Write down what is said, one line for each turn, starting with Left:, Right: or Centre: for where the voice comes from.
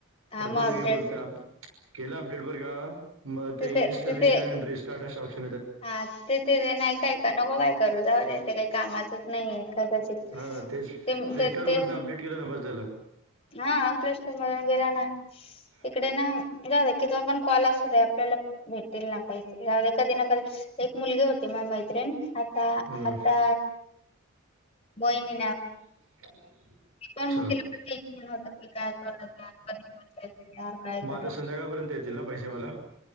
Left: हा
Right: प्रत
Left: मग
Right: जागी
Left: अपडेट
Right: बोलत केलं अपडेट वर का? म
Left: तिथे
Right: इनस्टलेशन
Left: तिथे
Right: रिस््टार्ट शॉपश
Left: हा ते ते ते नाही काय नको काय करू जाऊ दे ते काही कामाचच नाहीय कदाचित
Right: हां तेच
Left: ते
Right: प्ले स्टोअरमधनं
Left: ते
Right: अपडेट केलं ना बस झालं
Left: हा प्लस्र मधून गैर ना
Right: <inaudible>
Left: तिकडे ना जाऊ दे की त आपण कॉल असू दे आपल्याला भेटेल ना पाहिजे जाऊ दे कधी ना कधी एक मुलगी होती म मैत्रिण आता
Right: हं,
Left: आता बहिणी
Right: <inaudible>
Left: पण
Right: अच्छा
Left: तिला म्हण हो की काय कराय कधीय काय
Right: मग
Left: करायचं
Right: आता संध्याकाळपर्यंत येतील ना पैसे मला